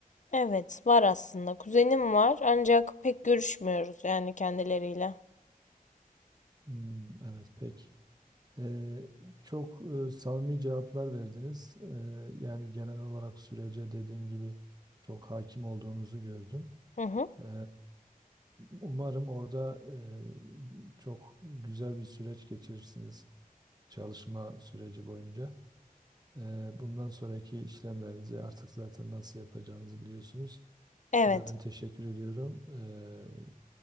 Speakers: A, on the left; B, on the right.
A: Evet, var aslında. Kuzenim var ancak pek görüşmüyoruz yani kendileriyle.
B: Hmm, evet, pek. Ee, çok e, samimi cevaplar verdiniz. Ee, yani genel olarak sürece dediğim gibi çok hakim olduğunuzu gördüm.
A: Hı hı,
B: Eee, Umarım orada eee, çok güzel bir süreç geçirirsiniz çalışma süreci boyunca. Eee, Bundan sonraki işlemlerinizi artık zaten nasıl yapacağınızı biliyorsunuz.
A: evet.
B: Ben teşekkür ediyorum. Eee,